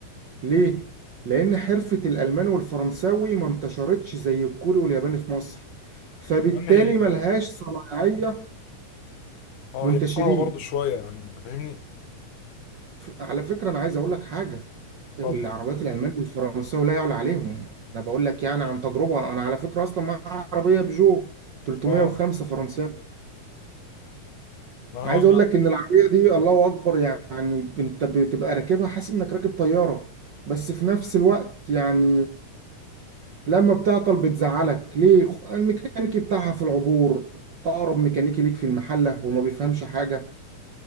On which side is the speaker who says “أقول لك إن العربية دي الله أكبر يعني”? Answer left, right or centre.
Right